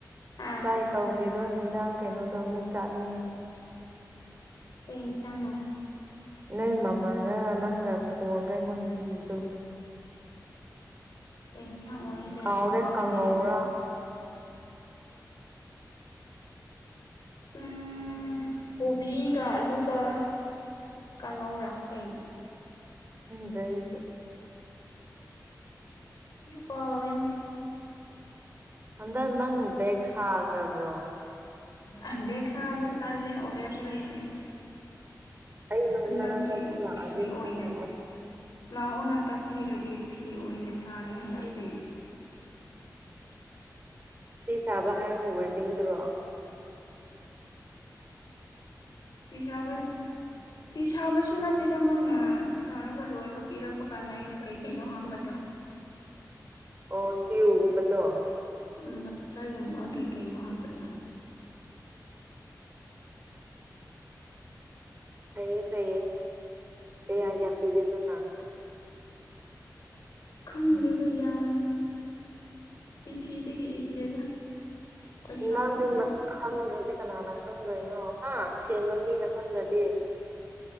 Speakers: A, on the left; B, on the right.
A: ꯍꯥ
B: ꯇ꯭ꯔꯥꯏ ꯇꯧꯒꯗꯣ ꯌꯦꯟꯖꯥꯡ ꯀꯩꯅꯣꯗꯣ ꯑꯃꯨꯛ ꯆꯥꯅꯤꯡꯉꯦ
A: ꯀꯟꯁꯥꯡꯅ
B: ꯅꯣꯏ ꯃꯃꯥꯒ ꯅꯪꯒ ꯊꯣꯡꯉꯒ ꯑꯩꯉꯣꯟꯗ ꯄꯤꯕꯗꯣ
A: ꯀꯅꯁꯥꯡ ꯑꯣꯏꯏꯔꯨꯖꯅ
B: ꯀꯥꯎꯔꯦ
A: ꯀꯥꯎꯔꯅ
B: ꯀꯥꯡꯉꯧꯔꯥ <unintelligible>
A: ꯎꯝ ꯀꯣꯕꯤꯤ ꯀ ꯑꯂꯨ ꯀ ꯀꯪꯉꯧꯔꯥ ꯀꯥꯏꯩꯅ
B: ꯗꯩ
A: ꯀꯧꯔꯤꯅ
B: ꯍꯟꯗꯛ ꯅꯪ ꯕꯦꯦꯛ ꯁꯥꯗ꯭ꯔꯕ꯭ꯔꯣ
A: ꯑ ꯦꯛ ꯁꯗ꯭ꯔꯣ ꯇꯜꯦ ꯑꯣꯗꯔ ꯂꯩꯇ꯭ꯔꯦ
B: ꯑꯩ ꯅꯪ
A: ꯍꯟꯗꯛꯇꯤ
B: ꯅꯅꯥꯛꯇ ꯑꯃꯨꯛ ꯂꯥꯛꯑꯒꯦ
A: ꯐꯤ
B: ꯁꯦꯝꯅꯕ
A: ꯑꯣꯏꯅ ꯂꯥꯛꯑꯣꯅ ꯇꯥꯛꯄꯤꯔꯒꯦ ꯐꯤ ꯑꯣꯏꯅ ꯁꯥꯔꯦ ꯇꯥꯛꯄꯤ
B: ꯑꯣ ꯁꯤ ꯁꯥꯕ ꯍꯥꯏꯅ ꯋꯦꯕꯤꯤꯡꯗꯨꯔꯣ <unintelligible>
A: ꯍꯤꯁꯥꯕ ꯐꯤ ꯁꯥꯕꯁꯨ ꯅꯠꯇꯦꯗ ꯃꯣꯏꯅ ꯁꯥꯔꯒ ꯂꯣꯏꯔꯒ ꯄꯤꯔꯛꯄ ꯀꯥꯟꯗ ꯑꯩꯅ ꯀꯩ ꯀꯩꯅꯣ ꯍꯥꯞꯄ ꯑꯗꯣ
B: ꯑꯣ ꯀꯤꯨꯒꯨꯝꯕꯗꯣ
A: ꯎꯝ ꯕꯇꯔꯐ꯭ꯂꯥꯏꯒꯨꯝꯕ ꯀꯩ ꯀꯩꯅꯣ ꯍꯥꯞꯄꯗꯣ
B: ꯐꯩꯌꯦ ꯐꯩꯌꯦ ꯀꯌꯥ ꯀ ꯄꯤꯒꯦ ꯑꯗꯨꯅ
A: ꯈꯪꯗꯦꯗ ꯌꯥꯝ ꯐ ꯐꯤꯗ ꯏꯂꯗ ꯄꯩꯁꯥꯕ
B: ꯅꯪꯅ
A: ꯑꯣꯏꯗꯤ
B: ꯈꯪꯗ꯭ꯔꯗꯤ ꯀꯅꯥꯅ ꯈꯪꯗꯣꯏꯅꯣ ꯍꯥ ꯁꯦꯝꯕ ꯃꯤꯅ ꯈꯪꯗ꯭ꯔꯗꯤ